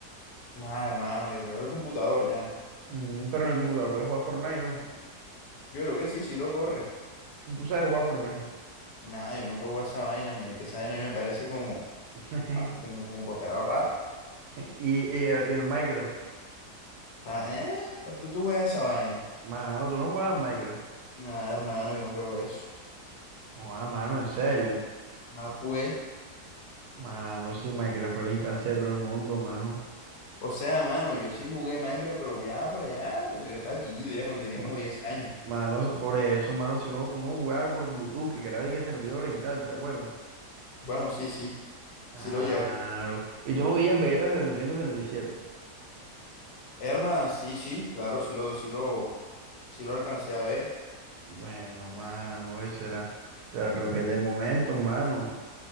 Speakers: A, on the left (about 80°); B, on the right (about 75°).
A: Nada, hermano, yo tengo el computador ya.
B: Mm, pero en el computador puedes jugar Fortnite, ¿no?
A: Yo creo que sí, sí lo corre.
B: Y Tú sabes jugar Fortnite.
A: Nada, yo nunca jugué a esa vaina, marica. Esa vaina a mí me parece como,
B: <laughs>
A: ah, como, como papelado rata.
B: Y, y el, y el Minecraft.
A: Ah, eh, tú, tú juegas esa vaina.
B: Mano, tú no juegas Minecraft.
A: Nada, hermano, yo no juego eso.
B: No, ah, mano, en serio.
A: Ah, pues.
B: Mano, sí, Minecraft fue la infancia de todo el mundo, mano.
A: O sea, mano, yo sí jugué Minecraft, pero ya por allá, cuando yo estaba chiquito, ya cuando tenía
B: Ma-
A: como 10 años.
B: Mano, por eso, mano, si uno, uno jugaba por Bluetooth, que grababa y que servidores y tal, ¿te acuerdas?
A: Bueno, sí, sí,
B: Claro.
A: sí lo llevo.
B: Y tú no veías Vegeta 767.
A: Hermano, sí, sí, claro, sí lo, sí lo, sí lo alcancé a ver.
B: Bueno, mano, ese era, ese era el tronquete de momentos, mano.